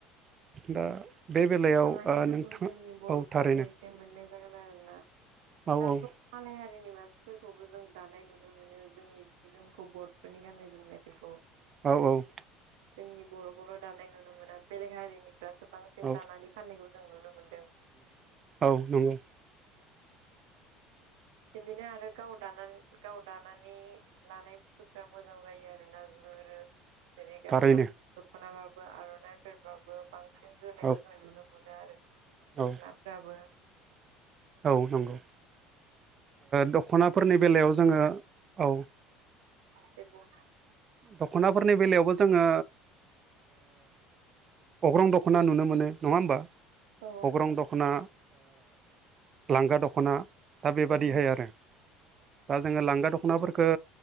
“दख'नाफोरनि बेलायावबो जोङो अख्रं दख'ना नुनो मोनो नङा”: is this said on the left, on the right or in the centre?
Right